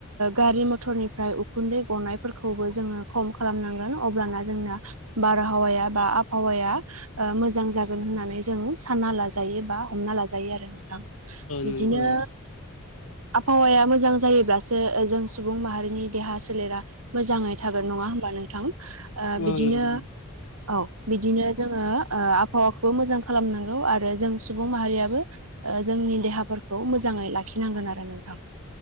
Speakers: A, on the right (about 80°); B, on the left (about 65°).
A: गारि मथरनि फ्राय उखुन्दै गनायफोरखौबो जोङो खम खालामनांगोन अब्लाना जोंना बारहावाया बा आबहावाया मोजां जागोन होननानै जों सानना लाजायो बा हमना लाजायो आरो नोंथां।
B: नंगौ
A: इदिनो
B: उम
A: आबहावाया मोजां जायोब्लासो जों सुबुं माहारिनि देहा सोलेरा मोजाङै थागोन नङा होमबा नोंथां ओ
B: नंगौ ओ
A: बिदिनो
B: नंगौ
A: औ बिदिनो जोङो ओ आबहावाखौ मोजां खालामनांगौ आरो जों सुबुं माहारियाबो ओ जोंनि देहाफोरखौ मोजाङै लाखिनांगोन आरो नोंथां।